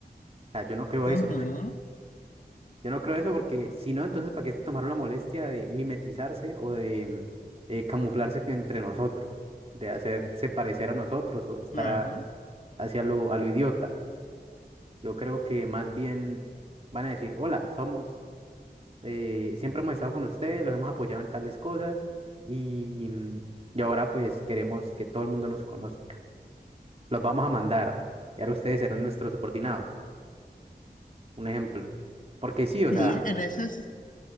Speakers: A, on the right; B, on the left.
A: O sea, yo no creo
B: Ujú,
A: eso. <laughs> Yo no creo eso porque si no, entonces, ¿para qué se tomaron la molestia de mimetizarse o de mm, eh, camuflarse que- entre nosotros, de hacerse parecer a nosotros o de estar
B: Claro.
A: a- hacia lo, a lo idiota? Yo creo que más bien van a decir, hola, somos eh, siempre hemos estado con ustedes, los hemos apoyado en tales cosas y, mm, y ahora pues queremos que todo el mundo nos conozca. Los vamos a mandar y ahora ustedes serán nuestros subordinados, un ejemplo. Porque sí, o
B: Sí,
A: sea,
B: en ese, es-